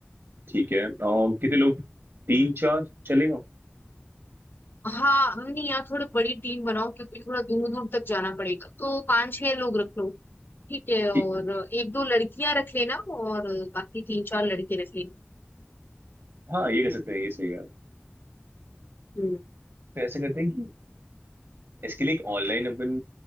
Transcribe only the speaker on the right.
ठीक है अम, कितने लोग तीन चार चलेगा
ठीक है
हाँ ये कह सकते हैं ये सही है
तो ऐसे करते हैं कि इसके लिए एक ऑनलाइन अपन